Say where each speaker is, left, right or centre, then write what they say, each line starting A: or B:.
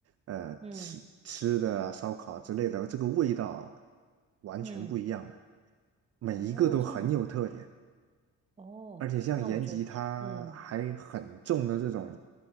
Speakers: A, on the right; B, on the right.
A: 呃，
B: 嗯
A: 吃吃的啊烧烤之类的，这个味道完全不一样的，
B: 嗯，
A: 每一个都很有特点。
B: 哦，这样，哦，
A: 而且像延吉，
B: 那我觉得，
A: 它还很重的这种，
B: 嗯